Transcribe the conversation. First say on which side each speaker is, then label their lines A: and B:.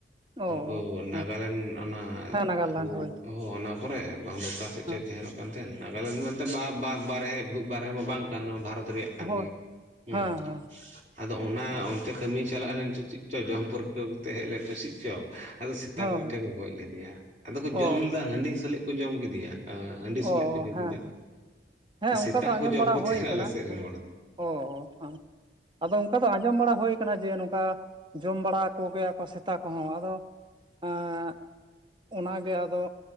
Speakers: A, on the right; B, on the right.
A: ᱚ
B: ᱩᱱᱠᱩ ᱱᱟᱜᱟᱞᱮᱱᱰ
A: ᱦᱮᱸ
B: ᱚᱱᱟ
A: ᱦᱮᱸ ᱱᱟᱜᱟᱨᱞᱮᱱᱰ
B: ᱟᱵᱚ
A: ᱦᱳᱭ
B: ᱚᱦᱚ ᱚᱱᱟ ᱠᱚᱨᱮ ᱵᱟᱝ ᱫᱚ ᱚᱠᱟ ᱥᱮᱫ
A: ᱦᱮᱸ
B: ᱪᱚᱭ ᱛᱟᱦᱮᱱᱚᱜ ᱛᱮᱱ ᱱᱟᱜᱟᱞᱮᱱᱰ ᱢᱮᱱᱛᱮ ᱵᱟ-ᱵᱟ-ᱵᱟᱨᱦᱮ ᱵᱷᱩ ᱵᱟᱨᱦᱮ ᱢᱟ ᱵᱟᱝ ᱠᱟᱱ ᱱᱚᱣᱟ ᱵᱷᱟᱨᱚᱛ ᱨᱮᱭᱟᱜ ᱠᱟᱱ
A: ᱦᱳᱭ
B: ᱜᱮ, ᱦᱩᱸ᱾
A: ᱦᱮᱸ ᱦᱮᱸ
B: ᱟᱫᱚ ᱚᱱᱟ
A: ᱚ
B: ᱚᱱᱛᱮ ᱠᱟᱹᱢᱤᱭ ᱪᱟᱞᱟᱜ ᱞᱮᱱ ᱪᱚ ᱪᱮᱫ ᱪᱚᱭ ᱡᱚᱢ ᱯᱟᱹᱨᱠᱟᱹᱣ ᱠᱟᱛᱮ ᱦᱮᱡ ᱞᱮᱱ ᱯᱟᱹᱥᱤᱡ ᱪᱚ᱾ ᱟᱫᱚ ᱥᱮᱛᱟ
A: ᱦᱳᱭ
B: ᱠᱚ ᱢᱤᱫᱴᱮᱱ ᱠᱚ ᱜᱚᱡ ᱞᱮᱫᱮᱭᱟ, ᱟᱫᱚ ᱠᱚ
A: ᱚ
B: ᱡᱚᱢ ᱞᱮᱫᱟ ᱦᱟᱺᱰᱤ ᱥᱟᱞᱤᱡ ᱠᱚ ᱡᱚᱢ ᱠᱮᱫᱮᱭᱟ᱾ ᱯᱟᱞᱮᱫ
A: ᱚ
B: ᱠᱚ
A: ᱚ
B: ᱧᱩ
A: ᱦᱮᱸ
B: ᱠᱮᱫᱟ᱾
A: ᱦᱮᱸ
B: ᱥᱮᱛᱟ
A: ᱚᱱᱠᱟ ᱫᱚ
B: ᱦᱚᱸᱠᱚ
A: ᱟᱸᱡᱚᱢ
B: ᱡᱚᱢ
A: ᱵᱟᱲᱟ
B: ᱠᱚ
A: ᱦᱳᱭ
B: ᱛᱟᱦᱮᱸᱱᱟ
A: ᱠᱟᱱᱟ
B: ᱟᱞᱮ ᱥᱮᱫ ᱨᱮᱱ
A: ᱦᱮᱸ
B: ᱦᱚᱲ ᱫᱚ᱾
A: ᱚ ᱦᱮᱸ ᱟᱫᱚ ᱚᱱᱠᱟ ᱫᱚ ᱟᱸᱡᱚᱢ ᱵᱟᱲᱟ ᱦᱩᱭ ᱟᱠᱟᱱᱟ ᱡᱮ ᱱᱚᱝᱠᱟ ᱡᱚᱢ ᱵᱟᱲᱟ ᱠᱚᱜᱮᱭᱟᱠᱚ ᱥᱮᱛᱟ ᱠᱚᱦᱚᱸ ᱟᱫᱚ ᱮᱸᱜ ᱚᱱᱟ ᱜᱮ ᱟᱫᱚ